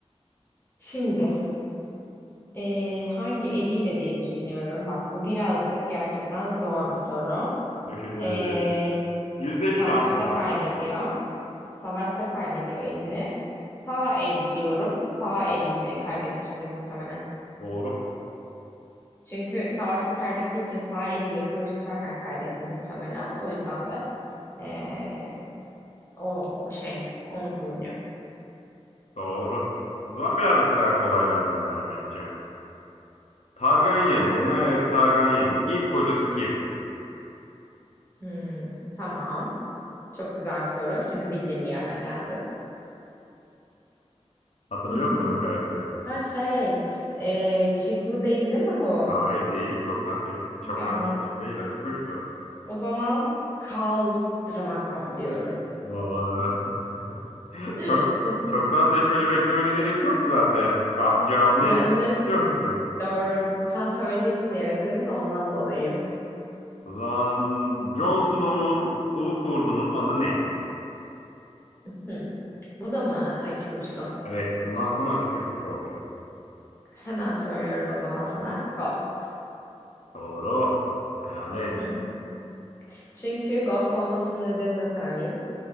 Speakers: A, on the left; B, on the left.
A: Şimdi eee, hangi eliyle diye düşünüyorum. Bak bu birazcık gerçekten zor bir soru.
B: Düşündürücü.
A: Eee,
B: %50
A: savaşta
B: şansın var
A: kaybediyor.
B: ama.
A: Savaşta kaybediyor elini. Sağ el diyorum. Sağ elini kaybetmiştir muhtemelen.
B: Doğru.
A: Çünkü savaşta kaybettiği için sağ eliyle kılıç tutarken kaybetti muhtemelen. O yüzden de eee, o şey onu kullanıyor.
B: Doğru. O zaman birazcık daha kolaylardan devam edeceğim. Targaryen, Daenerys Targaryen'in ilk kocası kim?
A: Hmm, tamam. Çok güzel bir soru. Çünkü bildiğim bir yerden geldi.
B: Hatırlıyor
A: <laughs>
B: musun o karakteri?
A: Ha şey, e, şıklı değil değil mi bu?
B: Hayır değil. Çoktan seçmeli. Çoktan
A: Ya
B: seçmeli değil. Acı kuşlu.
A: o zaman Khal Drago diyorum.
B: Doğru. <laughs>
A: <laughs>
B: Çok çoktan seçmeli beklemene gerek yok zaten. Ba- Cevabı
A: Ya
B: ne çıktı
A: onları s-
B: biliyor musun?
A: doğru. Sen söyleyeceksin diye bekledim de ondan dolayı.
B: O zaman Jon Snow'un ulu kurdunun adı ne?
A: Hı. Bu da mı açık uçlu?
B: Evet. Bundan sonra açık uçlu soracağım.
A: Hemen söylüyorum o zaman sana. Ghost.
B: Doğru. Hayalet.
A: <laughs> Çünkü Ghost olmasının nedenini de söyleyeyim.